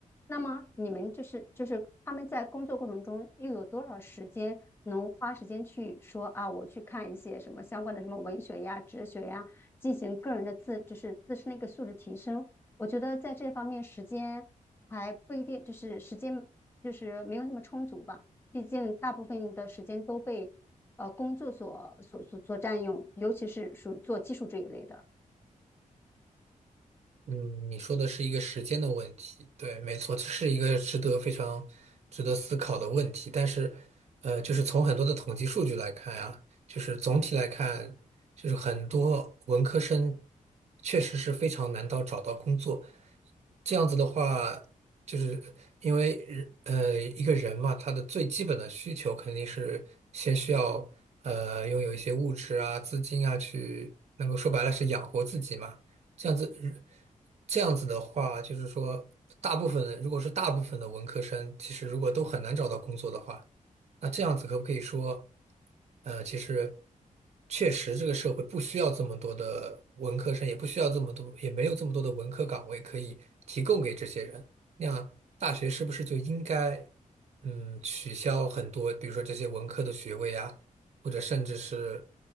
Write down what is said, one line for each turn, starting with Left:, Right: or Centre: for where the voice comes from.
Left: 那么你们就是就是他们在工作过程中又有多少时间能花时间去说啊，我去看一些什么相关的什么文学呀、哲学呀？进行个人的自，就是自身的一个素质提升。我觉得在这方面时间还不一定，就是时间就是没有那么充足吧。毕竟大部分的时间都被呃工作所所所所占用，尤其是属于做技术这一类的。
Right: 嗯，你说的是一个时间的问题，对，没错，这是一个值得非常值得思考的问题。但是，呃，就是从很多的统计数据来看啊，就是总体来看，就是很多文科生确实是非常难到找到工作。这样子的话，就是因为人呃一个人嘛，他的最基本的需求肯定是先需要呃拥有一些物质啊、资金啊，去能够说白了是养活自己嘛。这样子，这样子的话，就是说，大部分如果是大部分的文科生，其实如果都很难找到工作的话，那这样子可不可以说，呃，其实确实这个社会不需要这么多的文科生，也不需要这么多，也没有这么多的文科岗位可以提供给这些人。那样，大学是不是就应该，嗯，取消很多，比如说这些文科的学位啊？或者甚至是